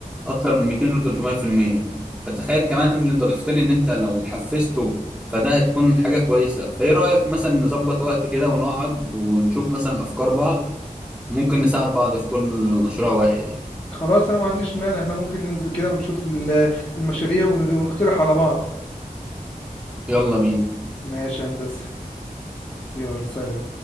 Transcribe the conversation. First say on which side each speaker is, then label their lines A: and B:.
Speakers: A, in the centre; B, on the left.
A: اكتر من 200 و 300% يعني. فتخيل كمان ان انت ضفت لي ان انت لو حفزته فده هتكون حاجه كويسه فايه رايك مثلا نظبط وقت كده ونقعد ونشوف مثلا افكار بعض ممكن نساعد بعض في كل مشروع واحد
B: خلاص انا ما عنديش مانع احنا ممكن ننزل كده ونشوف ال- المشاريع ون- ونقترح على بعض
A: يلا بينا
B: ماشي يا هندسة يلا سلام